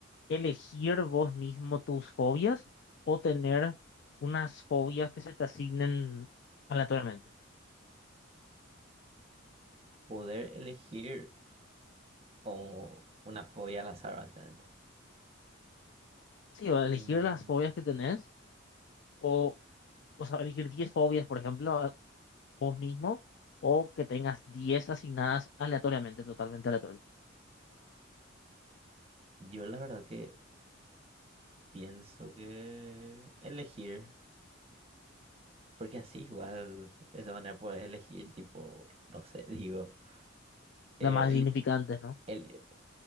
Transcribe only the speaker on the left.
elegir vos mismo tus fobias o tener unas fobias que se te asignen aleatoriamente.
Sí, o elegir
las fobias que tenés, o, o sea, elegir 10 fobias, por ejemplo, a- vos mismo, o que tengas 10 asignadas aleatoriamente, totalmente aleatorio.
Las más
significantes, ¿no?